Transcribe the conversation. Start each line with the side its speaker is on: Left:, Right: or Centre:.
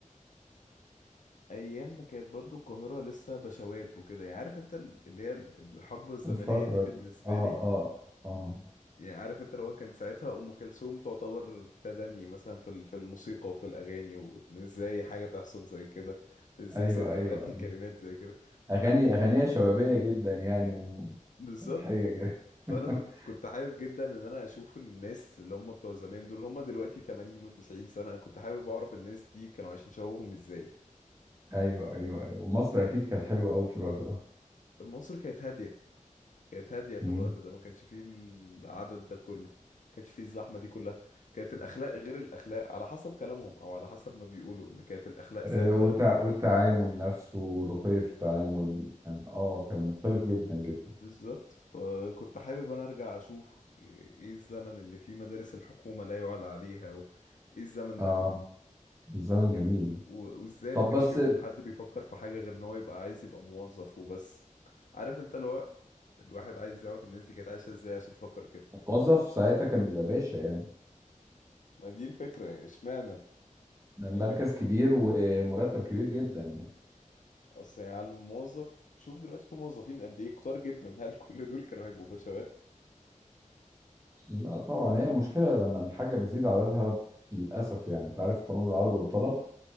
Left: أيام ما كانت برضو القاهرة لسه بشوات وكده يعني عارف أنت ال- اللي هي ال- الحقبة الزمنية
Right: الفترة
Left: دي بالنسبة
Right: دي اه
Left: لي
Right: اه اه
Left: يعني عارف أنت لو كان ساعتها أم كلثوم تعتبر تدني مثلا في ال- في الموسيقى وفي الأغاني وإزاي حاجة تحصل زي كده إزاي
Right: ايوه
Left: ست
Right: ايوه
Left: تغني كلمات زي كده
Right: اغاني اغانيها شبابيه جدا يعني ومضحيه
Left: فبالظبط
Right: جدا
Left: فانا كنت
Right: <laughs>
Left: كنت حابب جدا ان انا اشوف الناس اللي هم بتوع زمان دول اللي هم دلوقتي 80 و90 سنه انا كنت حابب اعرف الناس دي كانوا عايشين شبابهم ازاي
Right: ايوه ايوه ايوه ومصر اكيد كانت حلوه قوي في الوقت ده
Left: مصر كانت هاديه كانت هاديه في
Right: مم.
Left: الوقت ده ما كانش فيه العدد ده كله ما كانش فيه الزحمه دي كلها كانت الاخلاق غير الاخلاق على حسب كلامهم او على حسب ما بيقولوا ان كانت الاخلاق
Right: آه،
Left: ساعتها
Right: والتع... والتعامل نفسه ورقي في التعامل كان اه كان مختلف جدا جدا
Left: بالظبط فكنت حابب انا ارجع اشوف ايه إيه الزمن اللي فيه مدارس الحكومه لا يعلى عليها وايه الزمن ده
Right: اه الزمن جميل
Left: و- وازاي
Right: طب
Left: ما كانش
Right: بس
Left: فيهم حد بيفكر في حاجة غير ان هو يبقى عايز يبقى موظف وبس عارف انت لو الواحد عايز يعرف الناس دي كانت عايشة ازاي عشان تفكر كده
Right: الموظف ساعتها كان بيبقى باشا يعني
Left: ما دي الفكرة يعني اشمعنى
Right: ده المركز
Left: يعني كان
Right: كبير ومرتب كبير جدا يعني
Left: اصل يعني على الموظف شوف دلوقتي في موظفين قد ايه كتار جدا <laughs> هل كل دول كانوا هيبقوا بشوات
Right: لا طبعا هي مشكلة لما الحاجة بتزيد عددها للأسف يعني أنت عارف قانون العرض والطلب